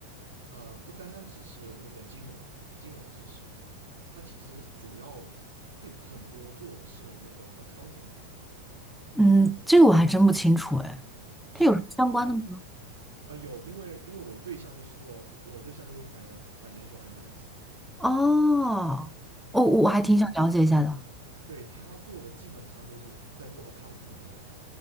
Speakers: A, on the right; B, in the centre.
A: 呃，不单单只是那个金融金融知识，它其实主要最很多做的是那个 accounting 的内容，
B: 嗯，这个我还真不清楚哎，
A: 是呃
B: 它有什么相关的吗？
A: 呃有，因为因为我对象就是做我对象就是 finan financial analyst，
B: 哦，我我还挺想了解一下的。
A: 所以对他做的基本上就是在做 accounting 的内容。